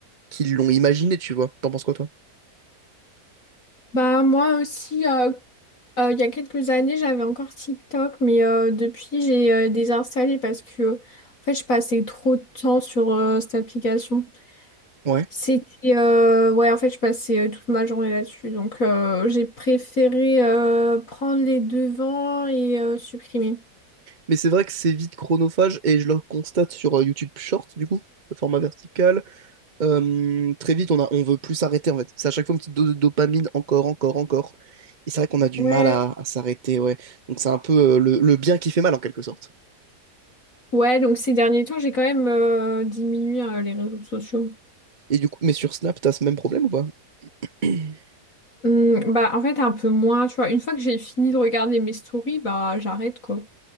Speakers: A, on the right; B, on the left.
A: qui l'ont imaginé, tu vois. T'en penses quoi toi?
B: Bah, moi aussi, euh, Euh, il y a quelques années, j'avais encore TikTok, mais euh, depuis, j'ai euh, désinstallé parce que euh, en fait, je passais trop de temps sur euh, cette application.
A: Ouais.
B: C'était euh, ouais, en fait, je passais euh, toute ma journée là-dessus, donc euh, j'ai préféré euh, prendre les devants et euh, supprimer.
A: Mais c'est vrai que c'est vite chronophage et je le constate sur euh, YouTube Short, du coup, le format vertical. Euh, très vite, on a, on veut plus s'arrêter en fait. C'est à chaque fois une petite dose de dopamine, encore, encore, encore. Et c'est vrai qu'on a du
B: Ouais.
A: mal à, à s'arrêter, ouais. Donc c'est un peu euh, le, le bien qui fait mal en quelque sorte.
B: Ouais, donc ces derniers temps, j'ai quand même euh, diminué euh, les réseaux sociaux.
A: Et du coup, mais sur Snap, t'as ce même problème ou pas? <clears throat>
B: Hum, bah, en fait, un peu moins, tu vois. Une fois que j'ai fini de regarder mes stories, bah, j'arrête, quoi.